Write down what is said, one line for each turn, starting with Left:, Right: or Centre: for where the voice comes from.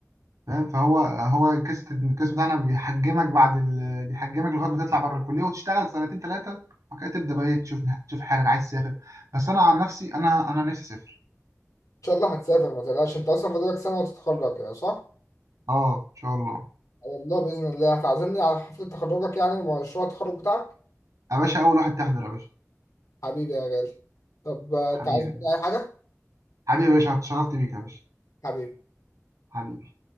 Right: فاهم فهو هو الكاس الكاس بتاعنا بيحجمك بعد ال... بيحجمك لغايه ما تطلع بره الكليه وتشتغل سنتين ثلاثه وبعد كده تبدا بقى إيه تشوف تشوف حالك عايز تسافر بس انا عن نفسي انا انا نفسي اسافر
Left: إن شاء الله هتسافر ما تقلقش أنت أصلا فاضلك سنة وتتخرج يعني صح؟
Right: اه ان شاء الله
Left: على الله بإذن الله هتعزمني على حفلة تخرجك يعني ومشروع التخرج بتاعك
Right: يا باشا اول واحد تحضر يا باشا
Left: حبيبي يا غالي طب آه،
Right: حبيبي
Left: أنت عايز مني أي حاجة؟
Right: حبيبي يا باشا اتشرفت بيك يا باشا
Left: حبيبي
Right: حبيبي